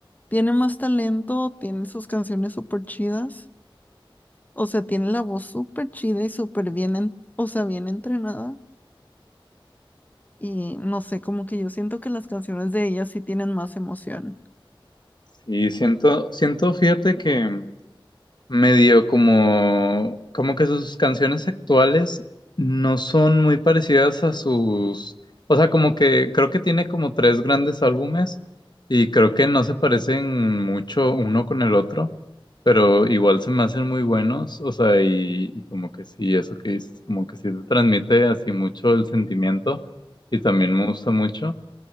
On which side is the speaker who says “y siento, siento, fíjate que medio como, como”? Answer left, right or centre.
Left